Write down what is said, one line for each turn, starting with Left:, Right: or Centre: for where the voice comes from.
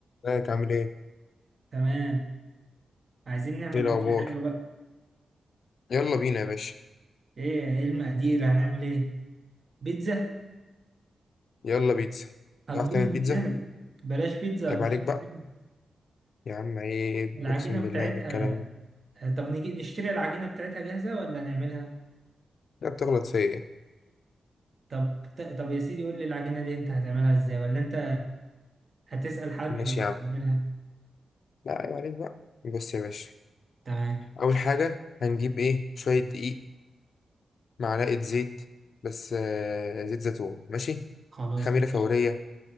Left: ازيك عامل ايه؟
Right: تمام عايزين نعمل
Left: ايه الأخبار؟
Right: أكل حلو بقى
Left: يلا بينا يا باشا
Right: إيه إيه المقادير هنعمل إيه بيتزا
Left: يلا بيتزا
Right: هتبوظ
Left: تعرف تعمل
Right: مننا
Left: بيتزا؟
Right: بلاش بيتزا
Left: عيب
Right: هتبوظ
Left: عليك بقى
Right: مننا
Left: يا عم عيب
Right: العجينة
Left: أقسم بالله
Right: بتاعتها
Left: بالكلام ده
Right: طب نيجي نشتري العجينة بتاعتها جاهزة ولا نعملها
Left: لا بتغلط فيا ايه؟
Right: طب طب يا سيدي قول لي العجينة دي أنت هتعملها إزاي ولا أنت هتسأل حد
Left: ماشي
Right: وهتعملها
Left: يا عم لا عيب عليك بقى بص يا باشا
Right: تمام
Left: أول حاجة هنجيب ايه؟ شوية دقيق معلقة زيت بس آه زيت زيتون ماشي؟
Right: خلاص
Left: خميرة
Right: ماشي
Left: فورية